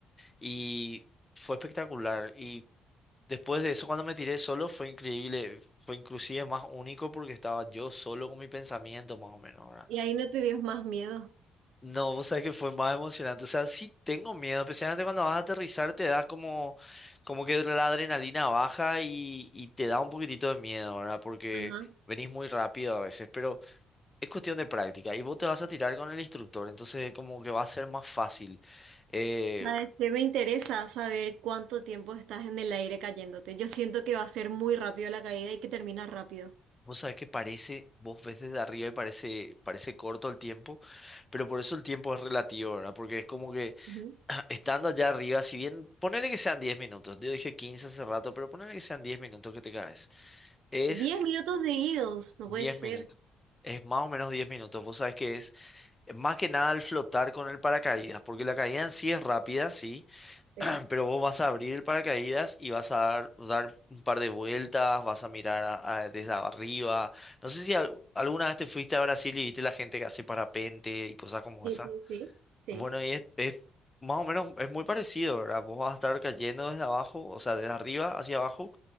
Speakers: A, on the left (about 20°); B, on the right (about 80°).
A: y fue espectacular. Y después de eso, cuando me tiré solo, fue increíble. Fue inclusive más único porque estaba yo solo con mi pensamiento, más o menos, ¿verdad?
B: Y ahí no te dio más miedo.
A: No, vos sabés que fue más emocionante. O sea, sí tengo miedo, especialmente cuando vas a aterrizar, te da como, como que la adrenalina baja y, y te da un poquitito de miedo, ¿verdad? Porque
B: Ajá.
A: venís muy rápido a veces, pero es cuestión de práctica. Y vos te vas a tirar con el instructor, entonces como que va a ser más fácil. Eh,
B: ¿Sabes qué? Me interesa saber cuánto tiempo estás en el aire cayéndote. Yo siento que va a ser muy rápido la caída y que termina rápido.
A: Vos sabés que parece, vos ves desde arriba y parece, parece corto el tiempo, pero por eso el tiempo es relativo, ¿verdad? Porque es como que
B: Ujú.
A: <clears throat> estando allá arriba, si bien, ponele que sean 10 minutos, yo dije 15 hace rato, pero ponele que sean 10 minutos que te caes, es
B: Diez minutos seguidos, no
A: 10
B: puede ser.
A: minutos, es más o menos 10 minutos, vos sabés que es eh, más que nada el flotar con el paracaídas, porque la caída en sí es rápida, sí,
B: Sí,
A: pero vos vas a abrir paracaídas y vas a dar, dar un par de vueltas, vas a mirar a- a- desde arriba. No sé si al- alguna vez te fuiste a Brasil y viste la gente que hace parapente y cosas como
B: sí,
A: esa.
B: sí, sí. sí.
A: Bueno, y es, es más o menos, es muy parecido, ¿verdad? Vos vas a estar cayendo desde abajo, o sea, desde arriba hacia abajo,